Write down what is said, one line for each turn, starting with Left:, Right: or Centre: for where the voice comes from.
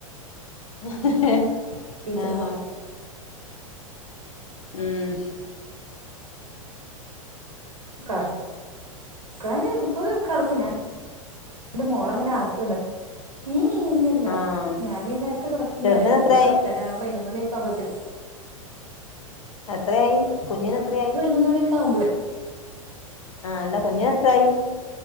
Left: <unintelligible>
Right: ടീച്ചർമാർ
Left: ആ. ഉം
Right: കടക്കാന് ഇപ്പൊ കടക്കും ഞാൻന്റെ മോളങ്ങനെ അ ട്ടാണ് ഏ ഇല്ലല്ല
Left: ആഹ്
Right: ഞാനീ ഈ നേരത്ത് കെടക്കും
Left: ചെറുതിന്
Right: ഞാന്
Left: എത്രയായി
Right: ഒരു പത്തര പതിനൊന്നണി മ്പോത്തിന്
Left: എത്രയായി കുഞ്ഞിനെത്രയായി?
Right: പതിനൊന്ന് മണിയൊക്കെ ആവുമ്പളേ
Left: ആ അല്ല കുഞ്ഞിനെത്രായി?